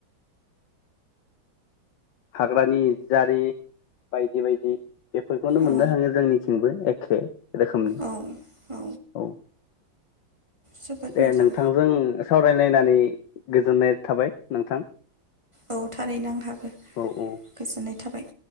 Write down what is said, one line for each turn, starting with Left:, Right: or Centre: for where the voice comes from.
Left: हाग्रानि जारि बायदि बायदि बेफोरखौनो मोननो
Right: औ
Left: थांङो जोंनिथिंबो ए खै रोखोमनि
Right: औ औ
Left: औ
Right: जोबोद
Left: दे
Right: मोजां
Left: नोंथांजों सावरायलायनानै गोजोननाय थाबाय नोंथां
Right: औ थारैनो आंहाबो
Left: औ औ
Right: गोजोननाय थाबाय